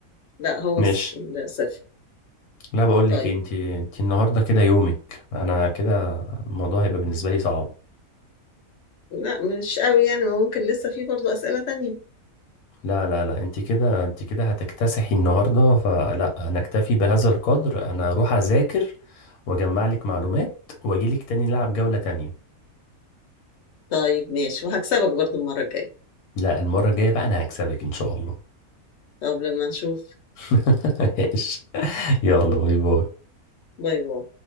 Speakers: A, on the left; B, on the left.
A: لا هو
B: ماشي
A: الص- الصفر
B: لا بقول
A: طيب
B: لك انت انت النهارده كده يومك انا كده الموضوع هيبقى بالنسبة لي صعب
A: لا مش قوي يعني ما ممكن لسه في برضو أسئلة تانية
B: لا لا لا انت كده انت كده هتكتسحي النهارده فلا انا اكتفي بهذا القدر انا اروح اذاكر واجمع لك معلومات واجي لك تاني نلعب جولة تانية
A: طيب ماشي وهكسبك برضو المرة الجاية
B: لا المرة الجاية بقى انا هكسبك ان شاء الله
A: طب لما نشوف
B: <laughs> ماشي يلا باي باي
A: باي باي